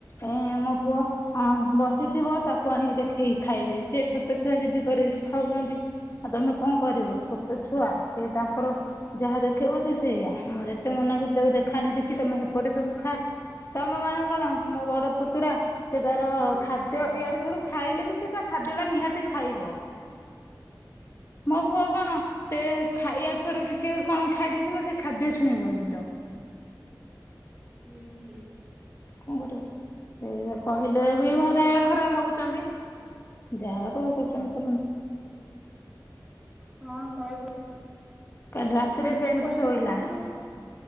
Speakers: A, on the left (about 35°); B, in the centre.
A: ଏଁ ମୋ ପୁଅ ହଁ ବସିଥିବ ତାକୁ ଆଣିକି ଦେଖେଇକି ଖାଇବେ ସିଏ ଛୋଟ ଛୁଆ ଯିଦି କରିକି ଖାଉଛନ୍ତି। ଆଉ ତମେ କଣ କରିବ ଛୋଟ ଛୁଆ ସେ ତାଙ୍କର ଯାହା ଦେଖେଇବ ସେ ସେଇଆ ମୁଁ ଯେତେ ମନା କରୁଛି ତାକୁ ଦେଖାନି କିଛି ତମେ ହେପଟେ ସବୁ ଖା ମୁଁ ମାନେ କଣ ମୋ ବଡ ପୁତୁରା ସେ ତାର
B: ହଁ।
A: ଖା ଦ୍ୟ ୟାଆଡୁ ସିୟାଡୁ ଖାଇଲେ ବି ସେ ତା ଖାଦ୍ୟ ଟା ନିହାତି ଖାଇବ। ମୋ ପୁଅ କଣ ସେ ଖା ଇଆଡୁ ସିଆଡୁ ଟିକେ କଣ ଖାଇଦେଇଥିବ ସେ ଖାଦ୍ୟ ଛୁଇଁବନି ତ
B: ହୁଁ ହୁଁ।
A: କଣ କରିବୁ କହିଲେ ବି ଘରେ ଖରାପ୍ ଭାବୁଛନ୍ତି? ଯାହା କରୁ କରୁଛନ୍ତି କରନ୍ତୁ।
B: କଣ କହିବୁ?
A: କାଲି ରାତିରେ
B: ମେ
A: ସେମିତି
B: ଛୁଆ ହେଇ
A: ଶୋଇଲା